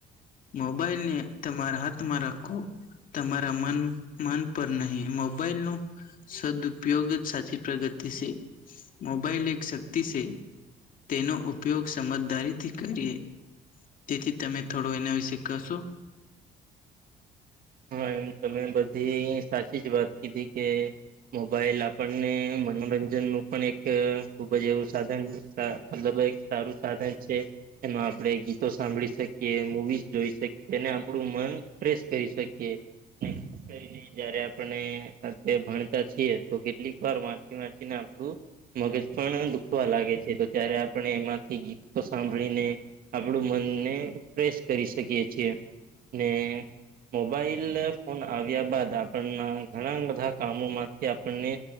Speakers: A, on the left; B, on the right.
A: મોબાઈલને તમારા હાથમાં રાખો તમારા મન મન પર નહી મોબાઈલનું સદઉપયોગ જ સાચી પ્રગતિ સે મોબાઈલ એક શક્તિ સે તેનો ઉપયોગ સમજદારીથી કરીએ તેથી તમે થોડો એના વિશે કશો
B: હા એમ તમે બધી સાચી જ વાત કીધી કે મોબાઈલ આપણને મનોરંજનનું પણ એક ખૂબ જ એવું સાધન <unintelligible> મતલબ સારું સાધન છે એમાં આપણેે ગીતો સાંભળી શકીએ મુવી જોઈ શકીએ ને આપડું મન ફ્રેશ કરી શકી કયે એ કરીને જયારે આપણને અત્યારે ભણતા છીએ તો કેટલીક વાર વાંચી વાંચીને આપડું મગજ પણ દુઃખવા લાગે છે તો ત્યારે આપણને એમાંથી ગીતો સાંભળીને આપડું મનને ફ્રેશ કરી શકીએ છીએ ને મોબાઈલ ફોન આવ્યા બાદ આપણના ઘણા બધા કામોમાંથી આપણને